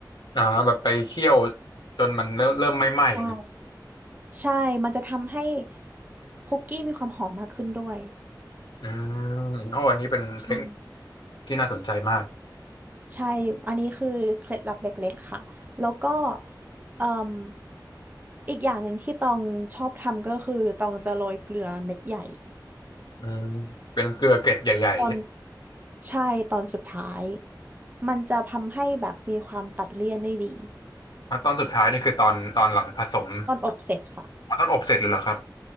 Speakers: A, on the left (about 75°); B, on the right (about 25°).
A: อ่าแบบไปเคี่ยวจนมันเริ่มเริ่มไหม้ๆ
B: ใช่ ใช่ มันจะทำให้คุกกี้มีความหอมมากขึ้นด้วย
A: อืมโอ้อันนี้เป็นเทคนิค
B: ใช่
A: ที่น่าสนใจมาก
B: ใช่ อันนี้คือเคล็ดลับเล็กๆค่ะ แล้วก็เอ่มอีกอย่างหนึ่งที่ตองชอบทำก็คือตองจะโรยเกลือเม็ดใหญ่
A: อืมเป็นเกลือเกล็ดใหญ่ๆใช่ไหม
B: ตอน ใช่ตอนสุดท้ายมันจะทำให้แบบมีความตัดเลี่ยนได้ดี
A: อ่ะตอนสุดท้ายนี่คือตอนตอนหลังผสม
B: ตอนอบเสร็จค่ะ
A: อ๋อตอนอบเสร็จเลยเหรอครับ